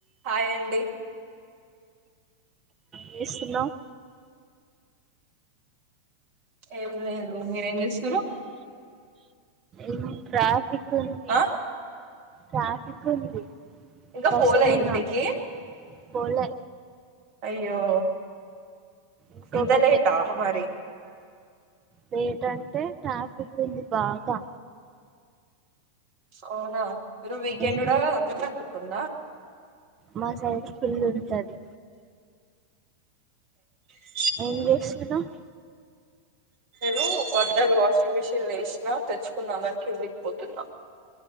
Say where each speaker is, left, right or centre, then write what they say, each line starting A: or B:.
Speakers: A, on the right (about 45°); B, on the right (about 25°).
A: Hi అండి
B: చేస్తున్నావ్
A: ఏం లేదు మీరేంచేస్తుండ్రు
B: ఎమ్ ట్రాఫిక్ ఉంది
A: ఆ
B: ట్రాఫిక్ ఉంది
A: ఇంగా
B: బస్సులు
A: ఫోలే ఇంటికి
B: ఉన్నాయి పోలే
A: అయ్యో
B: ఇంకొక
A: ఇంత లేటా మరి
B: లేటంటే ట్రాఫిక్ ఉంది బాగా
A: అవునా మీరు వీకెండ్
B: ఏం
A: కూడా అంత ట్రాఫిక్కుంద
B: మా సైడ్ ఫుల్లుంటది
A: స <inaudible>
B: ఎంజేస్తున్నావ్
A: డు బట్టలు వాషింగ్ మిషన్ల ఎషిన తెచ్చుకుందాంమని కిందికిపోతున్నా